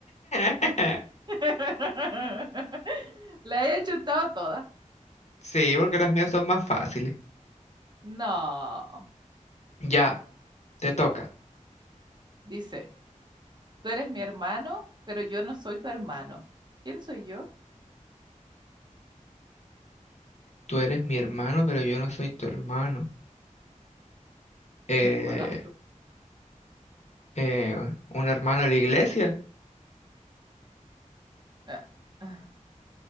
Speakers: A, on the left; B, on the right.
A: <laughs>
B: <laughs> La he chuntado toda.
A: Sí, porque las mías son más fáciles.
B: No,
A: Ya, te toca.
B: dice, tú eres mi hermano, pero yo no soy tu hermano. ¿Quién soy yo?
A: Tú eres mi hermano, pero yo no soy tu hermano. Eh,
B: Hermano.
A: eh, un hermano de la iglesia.
B: Ah, ah,